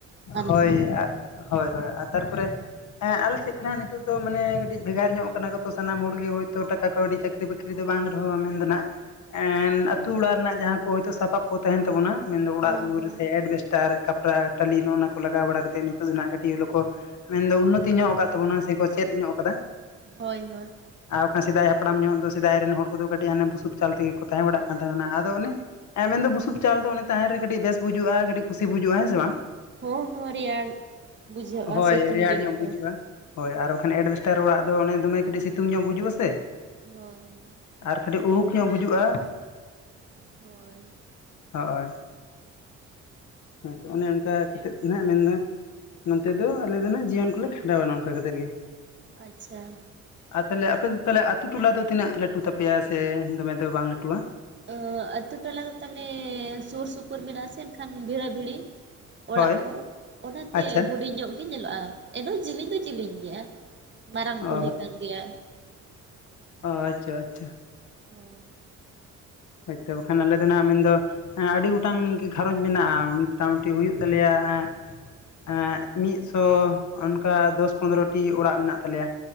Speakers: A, on the right; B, on the left.
A: ᱟᱞᱮ
B: ᱦᱳᱭ
A: ᱥᱮᱱ ᱫᱚ
B: ᱦᱳᱭ, ᱦᱳᱭ ᱛᱟᱨᱯᱚᱨᱮ ᱦᱮᱸ ᱟᱞᱮ ᱥᱮᱫ ᱫᱚ ᱱᱟᱜ ᱱᱤᱛᱚᱜ ᱫᱚ ᱢᱟᱱᱮ ᱠᱟᱹᱴᱤᱡ ᱵᱷᱮᱜᱟᱨ ᱧᱚᱜ ᱠᱟᱱᱟᱛᱚ ᱥᱟᱱᱟᱢ ᱦᱚᱲ ᱜᱮ ᱦᱳᱭᱛᱳ ᱴᱟᱠᱟ ᱠᱟᱹᱣᱰᱤ ᱪᱟᱹᱠᱨᱤ ᱵᱟᱠᱨᱤ ᱪᱟᱹᱠᱨᱤ ᱫᱚ ᱵᱟᱝ ᱨᱮᱦᱚᱸ ᱢᱮᱱᱫᱚ ᱦᱟᱸᱜ ᱟᱛᱳ ᱚᱲᱟᱜ ᱨᱮᱱᱟᱜ ᱡᱟᱦᱟᱸ ᱠᱚ ᱦᱳᱭᱛᱳ ᱥᱟᱯᱟᱯ ᱠᱚ ᱛᱟᱦᱮᱱ ᱛᱟᱵᱩᱱᱟ ᱢᱮᱱ ᱫᱚ ᱚᱲᱟᱜ
A: ᱦᱚᱸ
B: ᱫᱩᱣᱟᱹᱨ
A: ᱦᱚᱸ
B: ᱥᱮ ᱮᱰᱵᱮᱥᱴᱟᱨ ᱠᱷᱟᱯᱨᱟ ᱴᱟᱹᱞᱤ ᱱᱚᱜ-ᱚ ᱱᱟᱣᱟ ᱠᱚ ᱞᱟᱜᱟᱣ ᱵᱟᱲᱟ ᱠᱟᱛᱮᱫ ᱱᱤᱛᱚᱜ ᱫᱚ ᱱᱟᱦᱟᱜ ᱠᱟᱹᱴᱤᱡ ᱦᱚᱞᱳ ᱠᱚ ᱢᱮᱱᱫᱚ ᱩᱱᱱᱚᱛᱤ ᱧᱚᱜ ᱟᱠᱟᱫ ᱛᱟᱵᱩᱱᱟ ᱥᱮ ᱠᱚ ᱪᱮᱫ ᱧᱚᱜ ᱟᱠᱟᱫᱟ
A: ᱦᱳᱭ, ᱦᱳᱭ,
B: ᱟᱨ ᱵᱟᱠᱷᱟᱱ ᱥᱮᱫᱟᱭ ᱦᱟᱯᱲᱟᱢ ᱧᱚᱜ ᱫᱚ ᱥᱮᱫᱟᱭ ᱨᱮᱱ ᱦᱚᱲ ᱠᱩᱫᱚ ᱠᱟᱹᱴᱤᱡ ᱦᱚᱱᱮ ᱵᱩᱥᱩᱵ ᱪᱟᱞ ᱛᱮᱜᱮᱠᱩ ᱛᱟᱦᱮᱸ ᱵᱟᱲᱟᱜ ᱠᱟᱱ ᱛᱟᱦᱮᱱᱟ ᱟᱫᱚ ᱚᱱᱮ ᱦᱮᱸ ᱢᱮᱱᱫᱚ ᱵᱩᱥᱩᱵ ᱪᱟᱞ ᱫᱚ ᱛᱟᱦᱮᱱ ᱨᱮ ᱠᱟᱹᱴᱤᱡ ᱵᱮᱥ ᱵᱩᱡᱩᱜᱼᱟ ᱠᱟᱹᱴᱤᱡ ᱠᱩᱥᱤ ᱵᱩᱡᱩᱜᱼᱟ ᱦᱮᱸ ᱥᱮ ᱵᱟᱝ?
A: ᱦᱳ ᱦᱳᱸ ᱨᱮᱭᱟᱲ ᱵᱩᱡᱷᱟᱹᱜᱼᱟ
B: ᱦᱳᱭ
A: ᱥᱤᱛᱩᱝ
B: ᱨᱮᱭᱟᱲ
A: ᱫᱤᱱ
B: ᱧᱚᱜ
A: ᱠᱚ
B: ᱵᱩᱡᱩᱜᱼᱟ ᱦᱳᱭ ᱟᱨ ᱵᱟᱠᱷᱟᱱ ᱮᱰᱵᱮᱥᱴᱟᱨ ᱚᱲᱟᱜ ᱫᱚ ᱚᱱᱮ ᱫᱚᱢᱮ ᱠᱟᱹᱴᱤᱡ ᱥᱤᱛᱩᱝ ᱧᱚᱜ ᱵᱩᱡᱩᱜᱼᱟ ᱥᱮ
A: ᱦᱳᱭ
B: ᱟᱨ ᱠᱟᱹᱴᱤᱡ ᱩᱦᱩᱠ ᱧᱚᱜ ᱵᱩᱡᱩᱜᱼᱟ,
A: <unintelligible>
B: ᱦᱚᱼᱳᱭ ᱦᱳᱭ ᱛᱚ ᱚᱱᱮ ᱚᱱᱠᱟ ᱠᱟᱛᱮᱫ ᱦᱟᱱᱟᱜ ᱢᱮᱱᱫᱚ ᱱᱚᱛᱮ ᱫᱚ ᱟᱞᱮ ᱫᱚ ᱱᱟᱱᱟᱜ ᱡᱤᱭᱚᱱ ᱠᱚᱞᱮ ᱠᱷᱟᱸᱰᱟᱣᱟ ᱚᱱᱠᱟ ᱠᱟᱛᱮᱫ ᱜᱮ
A: ᱟᱪᱪᱷᱟ
B: ᱟᱨ ᱛᱟᱦᱚᱞᱮ ᱟᱯᱮ ᱫᱚ ᱛᱟᱦᱚᱞᱮ ᱟᱛᱩ ᱴᱚᱞᱟ ᱫᱚ ᱛᱤᱱᱟᱹᱜ ᱞᱟᱹᱴᱩ ᱛᱟᱯᱮᱭᱟ ᱥᱮ ᱫᱚᱢᱮ ᱫᱚ ᱵᱟᱝ ᱞᱟᱹᱴᱩᱣᱟ?
A: ᱟᱹ ᱟᱛᱩ ᱴᱚᱞᱟ ᱫᱚ ᱛᱟᱦᱚᱞᱮ ᱥᱩᱨ ᱥᱩᱯᱩᱨ ᱢᱮᱱᱟᱜ ᱟᱥᱮ ᱮᱱᱠᱷᱟᱱ ᱵᱷᱤᱲᱟ ᱵᱷᱤᱲᱤ,? ᱚᱲᱟᱜ
B: ᱦᱳᱭ
A: ᱠᱚ ᱚᱱᱟᱛᱮ
B: ᱟᱪᱪᱷᱟ
A: ᱦᱩᱰᱤᱧ ᱧᱚᱜ ᱜᱤ ᱧᱮᱞᱚᱜᱼᱟ ᱮᱱᱚ ᱡᱤᱞᱤᱧ ᱫᱚ ᱡᱤᱞᱤᱧ ᱜᱤᱭᱟ ᱢᱟᱨᱟᱝ
B: ᱚ
A: ᱠᱩᱞᱦᱤ ᱠᱟᱱ ᱜᱮᱭᱟ,
B: ᱳ ᱟᱪᱪᱷᱟ ᱟᱪᱪᱷᱟ
A: <inaudible>
B: ᱦᱳᱭᱛᱚ ᱵᱟᱠᱷᱟᱱ ᱟᱞᱮ ᱫᱚ ᱱᱟᱜ ᱢᱮᱱ ᱫᱚ ᱟᱸᱻ ᱟᱹᱰᱤ ᱜᱚᱴᱟᱝ ᱜᱤ ᱜᱷᱟᱨᱚᱸᱡᱽ ᱢᱮᱱᱟᱜᱼᱟ ᱢᱳᱴᱟᱢᱩᱴᱤ ᱦᱩᱭᱩᱜ ᱛᱟᱞᱮᱭᱟ ᱦᱟ ᱟᱸᱻ ᱢᱤᱫᱥᱚ ᱚᱱᱠᱟ ᱫᱚᱥ ᱯᱚᱱᱨᱚᱴᱤ ᱚᱲᱟᱜ ᱢᱮᱱᱟᱜ ᱛᱟᱞᱮᱭᱟ᱾